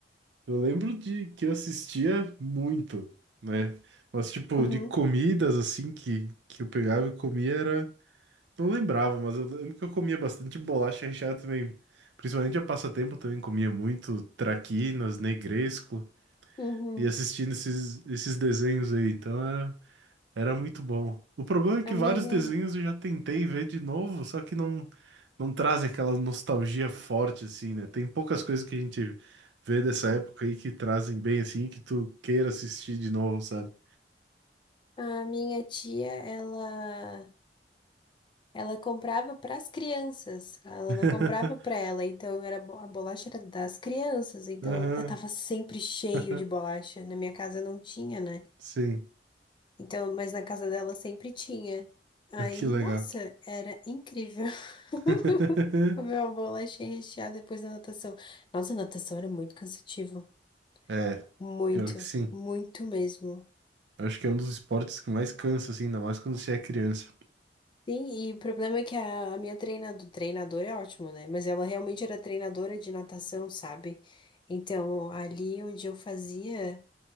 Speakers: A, on the right; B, on the left.
A: Eu lembro de que eu assistia muito, né? Mas, tipo,
B: Uhum,
A: de comidas assim que, que eu pegava e comia era. Não lembrava, mas eu lembro que eu comia bastante bolacha recheada também. Principalmente a passatempo também comia muito traquinas, negresco
B: uhum.
A: e assistindo esses, esses desenhos aí. Então Era muito bom. O problema é que
B: A
A: vários
B: minha,
A: desenhos eu já tentei ver de novo, só que não, não traz aquela nostalgia forte, assim, né? Tem poucas coisas que a gente vê dessa época aí que trazem bem, assim, que tu queira assistir de novo, sabe?
B: a minha tia, ela Ela comprava para as crianças, ela
A: <laughs>
B: não comprava para ela, então era bo- a bolacha era das crianças, então
A: Aham,
B: eu tava sempre cheio
A: <laughs>
B: de bolacha. Na minha casa não tinha, né?
A: sim.
B: Então, mas na casa dela sempre tinha. Aí,
A: Ah, Que legal.
B: nossa, era incrível. <laughs>
A: <laughs>
B: Comer uma bolacha recheada depois da natação. Nossa, a natação era muito cansativo,
A: É,
B: muito,
A: pior que sim.
B: muito mesmo.
A: Eu acho que é um dos esportes que mais cansa, assim, ainda mais quando você é criança.
B: Sim, e o problema é que a, a minha treinado, treinadora é ótima, né? Mas ela realmente era treinadora de natação, sabe? Então, ali onde eu fazia,